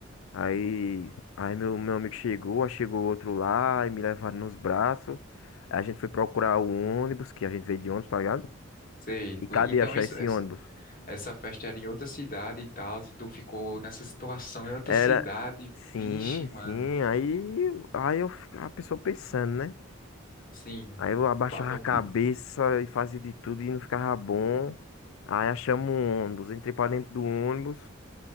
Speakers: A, on the left; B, on the left.
A: Aí, aí meu, meu amigo chegou, aí chegou outro lá, e me levaram nos braços. Aí a gente foi procurar o ônibus, que a gente veio de ônibus, tá ligado?
B: Sei.
A: E cadê
B: Então
A: achar
B: isso,
A: esse
B: essa,
A: ônibus?
B: essa festa era em outra cidade e tal, e tu ficou nessa situação em outra
A: Era.
B: cidade.
A: Sim,
B: Vixe, mano.
A: sim. Aí, aí eu, fi- a pessoa pensando, né?
B: Sim,
A: Aí eu abaixava
B: pa- bot-
A: a cabeça e fazia de tudo e não ficava bom. Aí achamos um ônibus, entrei pra dentro do ônibus,